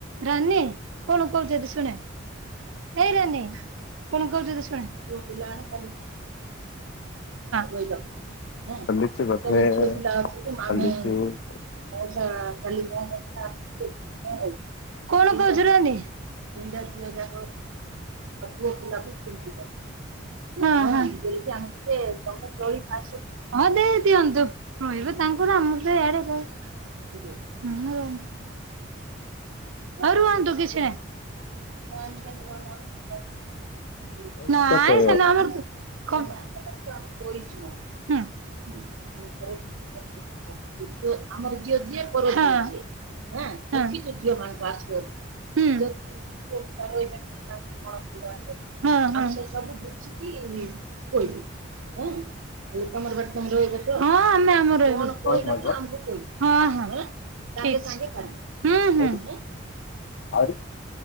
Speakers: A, on the right; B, on the left.
A: ରାନୀ କଣ କହୁଛନ୍ତି ଶୁଣେ? ହେଇ ରାନୀ କଣ କହୁଛନ୍ତି ଶୁଣି ପୁଅ ପିଲାରା ହଁ <inaudible>
B: ଖୋଲିଛି ବୋଧେ ଖୋଲିଛି। ଆଉ
A: <unintelligible> <inaudible> <inaudible> <inaudible> <unintelligible> <inaudible> <inaudible>
B: ମୁଁ ତତେ
A: <inaudible> <inaudible> <inaudible> <inaudible> <inaudible>
B: କଣ କହିଲ
A: <inaudible>
B: ଆହୁରି ଆହୁରି